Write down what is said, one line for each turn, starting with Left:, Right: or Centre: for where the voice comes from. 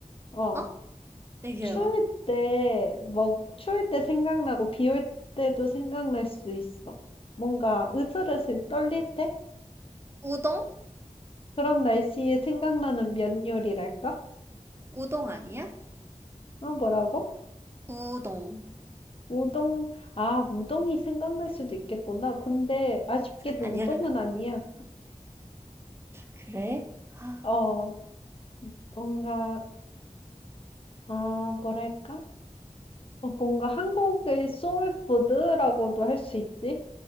Left: 어,
Right: 어? 얘기해봐.
Left: 추울 때, 뭐, 추울 때 생각나고 비 올 때도 생각날 수 있어. 뭔가 으슬으슬 떨릴 때?
Right: 우동?
Left: 그런 날씨에 생각나는 면 요리랄까?
Right: 우동 아니야?
Left: 어, 뭐라고?
Right: 우동.
Left: 우동. 아, 우동이 생각날 수도 있겠구나. 근데 아쉽게도
Right: 아니야?
Left: 우동은 아니야.
Right: 그래? 아,
Left: 어, 뭔가, 아, 뭐랄까? 어, 뭔가 한국의 소울푸드라고도 할 수 있지?